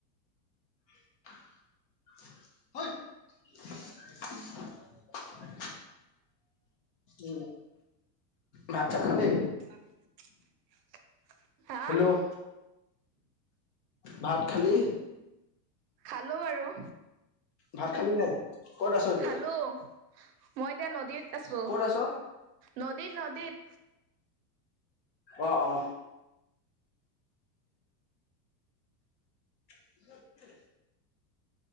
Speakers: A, on the left; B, on the right.
A: <unintelligible> উ ভাত চাত খালি?
B: <unintelligible> হা
A: হেল্ল' ভাত খালি?
B: খালো আৰু
A: ভাত খালি নাই? ক'ত আছ? এতিয়া?
B: খালো মই এতিয়া নদীত আছোঁ,
A: ক'ত আছ?
B: নদীত নদীত।
A: অ', অ'। <unintelligible>